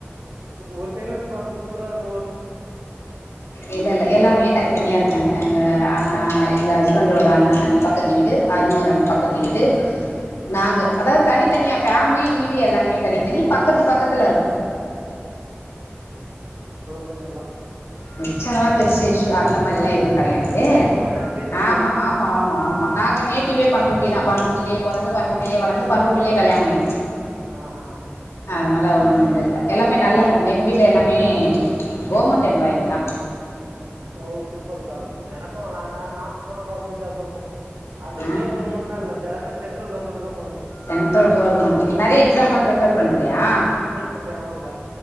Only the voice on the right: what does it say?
ஒரு சைலருந்து பா சூப்ரா இருக்கு
ஓ அப்படி
ஆ
ஆ.
ஓ
அது
சேந்தர்லா
இல்ல சொல்றேன் பேச்சுக்கு
ஆ
ஆஹா
ஓ சூப்பர்க்கா எனக்கு ந ந ந நானு போனா கவர்மெண்ட் ஜாப் தா போனு அது
ஸ்டேட் கவர்மெண்ட்லா இல்ல ஜெர கா சென்ட்ரல் கவர்மென்ட்தா
பண்ணிட்டு இருக்கேன் ஆமாங்க்கா